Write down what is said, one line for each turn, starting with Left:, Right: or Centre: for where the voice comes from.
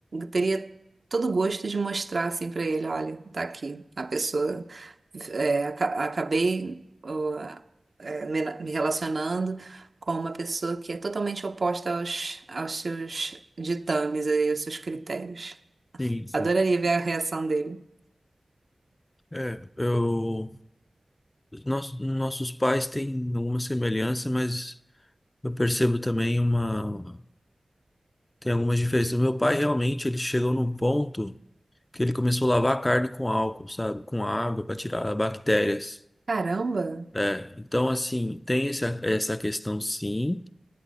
Right: teria todo o gosto de mostrar assim pra ele, olha, tá aqui a pessoa é, aca- acabei ó, é, me me relacionando com uma pessoa que é totalmente oposta aos, aos seus ditames e aos seus critérios.
Left: sim, sim.
Right: Adoraria ver a reação dele.
Left: É, eu Os Nos, nossos pais têm alguma semelhança, mas eu percebo também uma. Tem algumas diferenças. Meu pai realmente ele chegou num ponto que ele começou a lavar a carne com álcool, sabe? Com água para tirar bactérias.
Right: Caramba!
Left: É, então, assim, tem essa, essa questão, sim,